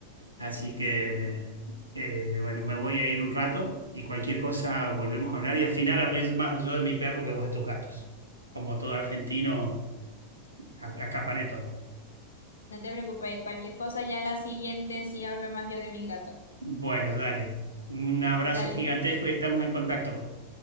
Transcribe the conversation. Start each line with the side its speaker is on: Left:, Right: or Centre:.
Right: Así que,
Left: Sí.
Right: eh, bueno, me voy a ir un rato y cualquier cosa volvemos a hablar. Y al final hablé más yo de mi perro que vos de tus gatos. Como todo argentino, a- acaparé todo.
Left: No te preocupes, cualquier cosa ya la siguiente sí hablo más yo de mi gato.
Right: Bueno, dale. Un abrazo
Left: Dale,
Right: gigantesco y estamos en contacto.